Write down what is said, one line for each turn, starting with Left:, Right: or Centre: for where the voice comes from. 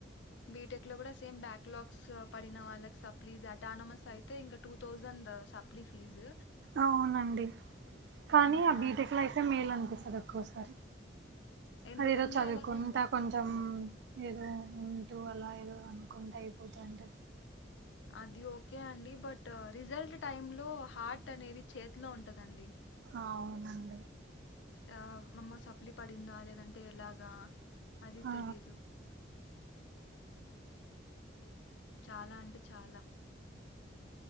Left: బీటెక్ లో కూడా సేమ్ బ్యాక్లాగ్స్ పడిన వాళ్ళకి సప్లీజ్ అటానమస్ అయితే ఇంకా టూ థౌజండ్ సప్లీ ఫీజు
Right: అవునండి కానీ
Left: ఇంకా
Right: ఆ బీటెక్ లో అయితే మేలనిపిస్తది ఒక్కోసారి
Left: ఎందుకండి
Right: అదేదో చదువుకుంటా
Left: అలాగా
Right: కొంచెం ఏదో ఉంటూ అలా ఏదో అనుకుంటే అయిపోతుంటే
Left: అది ఓకే అండి బట్ రిజల్ట్ టైమ్ లో హార్ట్ అనేది చేతిలో ఉంటదండి
Right: అవునండి
Left: ఆ అమ్మ సప్లి పడిందా లేదంటే ఎలాగా అది
Right: ఆ
Left: తెలిదు చాలా అంటే చాలా